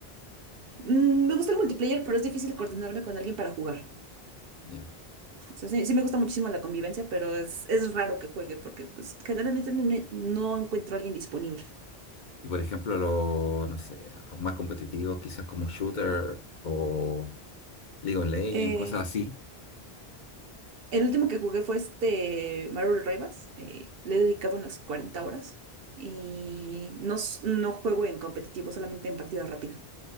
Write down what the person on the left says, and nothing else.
Ya.
Y por ejemplo, los, no sé, más competitivos, quizás como shooter o... League of Legends,
cosas así.